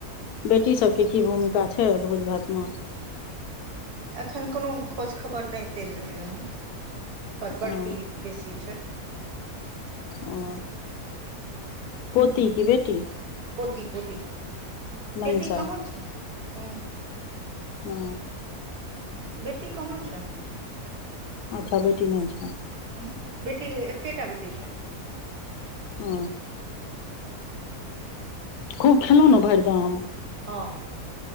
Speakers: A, on the left (about 80°); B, on the right (about 80°).
A: बेटी सबके की भूमिका छै भोज भातमे
B: एखन कोनो खोज खबर नहि देल लेलियै हँ पर बड़की
A: ओ
B: बेसी छैय
A: ओ पोती की बेटी
B: पोती-पोती
A: मनीषा
B: बेटी कहाँ छै हू
A: ओ
B: बेटी कहाँ छै
A: अच्छा बेटी नहि छै
B: उहू बेटी एकेटा बेटी छै
A: ओ खूब खेलहुँ नऽ भरिदम
B: हँ